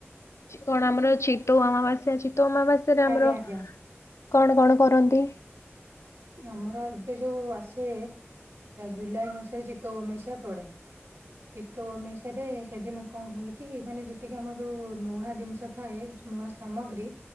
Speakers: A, on the left; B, on the right.
A: କଣ ଆମର ଚିତୋଉ ଅମାବାସ୍ୟା ଚିତଉ ଅମାବାସ୍ୟରେ ଆମର
B: ଆଜ୍ଞା ଆଜ୍ଞା
A: କଣ କଣ କରନ୍ତି?
B: ଆମର ଏବେ ଯୋଉ ଆସେ ଜୁଲାଇ ମାସରେ ଚିତଉ ଅମାବାସ୍ୟା ପଡେ। ଚିତଉ ଅମାବାସ୍ୟା ରେ ସେଦିନ କଣ ହୁଏ କି ମାନେ ଯେତିକି ଆମ ଯୋଉ ନୂଆ ଜିନିଷ ଥାଏ ନୂଆ ସାମଗ୍ରୀ